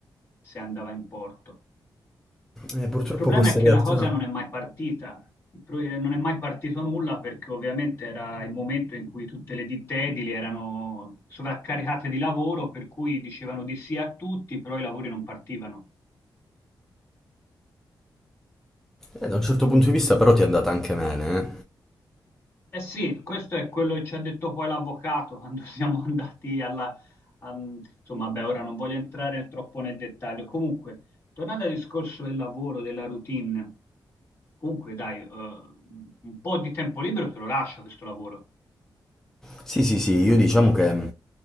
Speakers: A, on the left; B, in the centre.
A: se andava in porto.
B: E purtroppo
A: Il problema
B: queste
A: è che
B: realtà...
A: la cosa non è mai partita, il pro- eh, non è mai partito nulla perché ovviamente era il momento in cui tutte le ditte edili erano sovraccaricate di lavoro, per cui dicevano di sì a tutti, però i lavori non partivano.
B: Eh, da un certo punto di vista però ti è andata anche bene, eh.
A: Eh sì, questo è quello che ci ha detto poi l'avvocato quando <laughs> siamo andati alla... am- insomma, beh, ora non voglio entrare troppo nel dettaglio. Comunque, tornando al discorso del lavoro, della routine, comunque dai, eh, un po' di tempo libero te lo lascia questo lavoro.
B: Sì, sì, sì, io diciamo che, mm,